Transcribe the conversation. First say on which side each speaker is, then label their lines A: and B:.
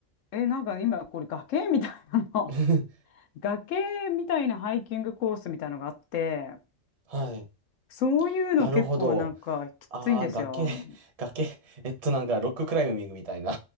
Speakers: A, on the left (about 75°); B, on the right (about 35°).
A: え、なんか今これ崖みたいなの。
B: <laughs>
A: <laughs> 崖みたいなハイキングコースみたいなのがあって、
B: はい。
A: そういうの結構なんかきついんですよ。
B: なるほど。ああ、崖、<laughs> 崖。えっと、なんか、ロッククライミングみたいな。